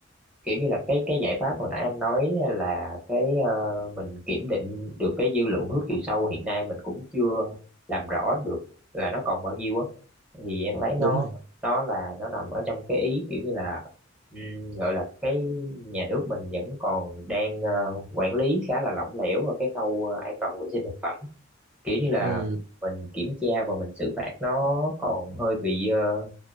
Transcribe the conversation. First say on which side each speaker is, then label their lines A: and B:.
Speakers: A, in the centre; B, on the right.
A: kiểu như là cái cái giải pháp hồi nãy anh nói là cái ờ, mình kiểm định được cái dư lượng hước chiều sâu hiện nay mình cũng chưa làm rõ được là nó còn bao nhiêu á thì em thấy nó
B: đúng rồi
A: nó là nó nằm ở trong cái ý kiểu như là ừm, gọi là cái nhà nước mình vẫn còn đang ờ, quản lý khá là lỏng lẻo ở cái khâu ờ, an toàn vệ sinh thực phẩm kiểu như là
B: ừ,
A: mình kiểm tra và mình xử phạt nó còn hơi bị ờ,